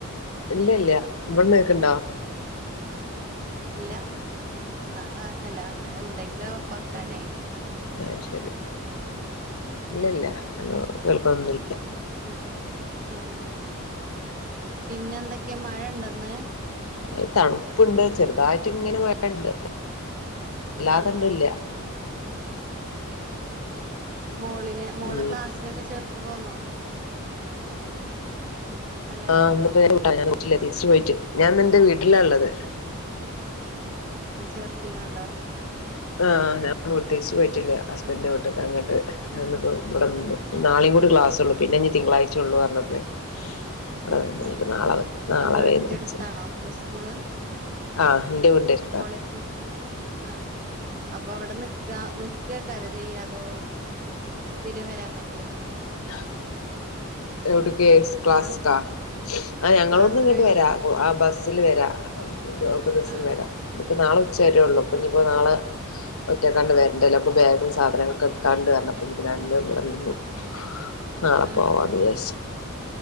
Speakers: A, on the left; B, on the right.
A: ഇല്ല ഇല്ല ഇവിടന്ന് കേക്കണ്ടാ
B: ഇല്ല നാളെ അല്ല അങ്ങനെ എന്തെങ്കിലും ഓഫ് ആാക്കാനയിന്
A: ആഹ് ശരി ഇല്ലല്ല അനോ കേൾക്കന്നില്ല
B: ആ ആ പിന്നെ എന്തൊക്കെയാ മഴ ഉണ്ടന്ന്
A: അത് തണുപ്പുണ്ട് ചെറുതായിട്ട് ഇങ്ങനെ പോയുണ്ട് അല്ലാതണ്ടല്ല
B: ആഹ് മോളിനെ മോളെ
A: ഉം
B: ക്ലാസ്സിലൊക്കെ ചേർത്ത് പോന്നോ ഹലോ
A: ആഹ്ന്നപ്പോട്ട ഞാൻറ്റില്ലേ തിരിച്ചു പോയിട്ട് ഞാൻ നിന്റെ വീട്ടിലാ ഉള്ളത്
B: ഉ ചേർത്തി കണ്ടോ
A: ആഹ് അ പ്രത്തേരിച്ച് പോയിട്ടില്ല ഹസ്ബൻഡ്ന്റെ
B: ആഹ്
A: കീട്ടക്ക് അങ്ങോട്ട്ിപ്പോ
B: ആഹ്
A: ഇവിടെ നാളെയും
B: ആഹ്
A: കൂടി ക്ലാസ്ള്ള പിന്നെ ഇനി തിങ്കളഴ്ചയള്ളൂ പറഞ്ഞപ്പളേ ഇവിടെ നിന്ന് ഇനിപ്പ
B: ഉം
A: നാളെ നാളെ
B: ആഹ് വീടിന്റെ
A: വൈന്ന അച്ഛൻ
B: അടുത്താണോ സ്കൂള്
A: ആഹ് എൻ്റെ വീടു നെടു
B: കോളേജ് ആഹ് അപ്പൊ അവിടെ നിക്കാ നിക്കുക കര ചെയ്യാതോ സ്ഥിരം വരാൻ പറ്റോ
A: <inaudible> എവിടക്ക ക്ലാസ്ക
B: ഹലോ
A: ആഹ് ഞങ്ങളോടന്ന്
B: ക്ലാസ്
A: ഇങ്ങോട്ട്
B: കഴിഞ്ഞിട്ട്
A: വരാ ആഹ് ബസ് ബസ്സിൽ വരാം ഒക്കെ ദിവസം
B: ആഹ്
A: വരാം ഇതിപ്പോൾ നാളെ ഉച്ച വരുയള്ളൂപ്പ ഇനിയിപ്പോൾ നാളെ
B: <inaudible>
A: ഒറ്റയ്ക്കാണ്ട് വേറെ <unintelligible> ബാഗും സാധനങ്ങളൊക്കെ എടുക്കാണ്ട് കാരണംപ്പൾ എനിക്ക്ഞ ഇവിടെ നിന്നു നാളെ
B: ആഹ്
A: പോവാം അത് ചേഷു